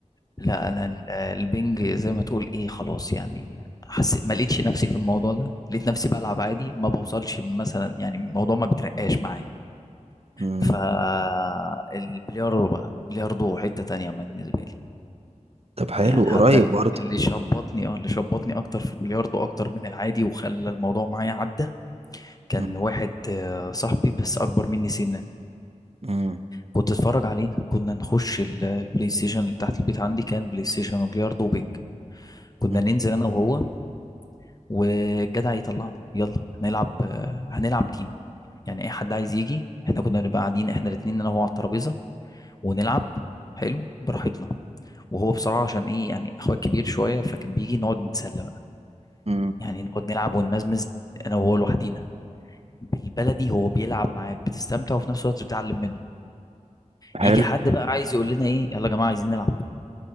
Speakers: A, on the left; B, on the right.
A: لا انا ال- البنج زي ما تقول ايه خلاص يعني حسيت ما لقيتش نفسي في الموضوع ده لقيت نفسي بلعب عادي ما بوصلش مثلا يعني الموضوع ما بترقاش معايا
B: مم.
A: فالبلياردو بقى بلياردو حتة تانية بالنسبة لي
B: طب حلو
A: يعني
B: قريب
A: حتى ال-
B: برضه
A: اللي شبطني اه اللي شبطني اكتر في البلياردو اكتر من العادي وخلى الموضوع معايا عدى كان
B: مم.
A: واحد آه، صاحبي بس اكبر مني سنا
B: مم.
A: كنت اتفرج علينا كنا نخش ال- البلاي ستيشن اللي تحت البيت عندي كان بلاي ستيشن وبلياردو وبنج كنا
B: مم.
A: ننزل انا وهو والجدع يطلعنا يلا هنلعب آه، هنلعب تيم يعني اي حد عايز يجي احنا كنا بنبقى قاعدين احنا الاثنين انا وهو على الترابيزه ونلعب حلو براحتنا وهو بصراحه عشان ايه يعني اخويا كبير شويه فكان بيجي نقعد نتسلى بقى
B: مم.
A: يعني نقعد نلعب ونمزمز انا وهو لوحدينا بالبلدي هو بيلعب معاك بتستمتع وفي نفس الوقت بتتعلم منه
B: حلو
A: يجي حد بقى عايز يقول لنا ايه يلا يا جماعه عايزين نلعب